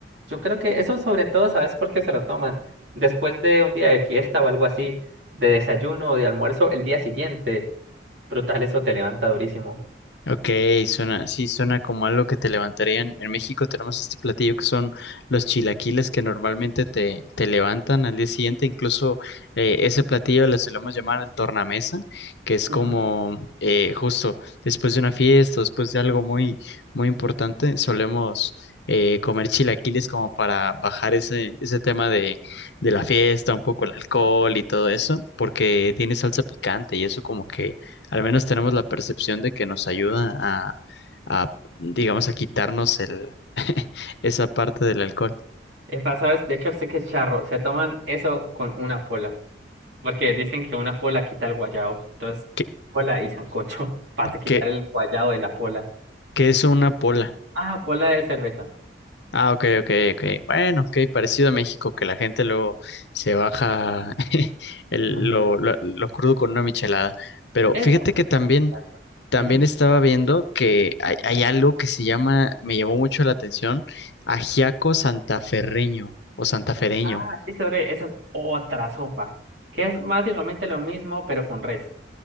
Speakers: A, on the right (about 75°); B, on the left (about 70°).
A: Yo creo que eso sobre todo, ¿sabes por qué se lo toman? Después de un día de fiesta o algo así, de desayuno o de almuerzo, el día siguiente. Brutal, eso te levanta durísimo.
B: Ok, suena, sí, suena como algo que te levantarían. En, en México tenemos este platillo que son los chilaquiles que normalmente te, te levantan al día siguiente. Incluso eh, ese platillo le solemos llamar el tornamesa, que es como
A: Ujú.
B: eh, justo después de una fiesta, después de algo muy, muy importante, solemos eh, comer chilaquiles como para bajar ese, ese tema de, de la fiesta, un poco el alcohol y todo eso, porque tiene salsa picante y eso como que al menos tenemos la percepción de que nos ayuda a, a, digamos, a quitarnos el, <laughs> esa parte del alcohol.
A: Es más, ¿sabes? De hecho, sé que es charro. Se toman eso con una pola. Porque dicen que una pola quita el guayabo. Entonces,
B: ¿Qué,
A: pola y sancocho <laughs> para quitar
B: qué,
A: el guayabo de la pola.
B: qué es una pola?
A: Ah, pola de cerveza.
B: Ah, ok, ok, ok. Bueno, ok, parecido a México, que la gente luego se baja <laughs> el-
A: Ujú.
B: lo, lo- lo crudo con una michelada. Pero
A: Eso.
B: fíjate que también,
A: exacto.
B: también
A: Ujú.
B: estaba viendo que hay, hay algo que se llama, me llamó mucho la atención, ajiaco santaferreño o santafereño.
A: Ah, listo, bre, esa es otra sopa. Que es básicamente lo mismo, pero con res.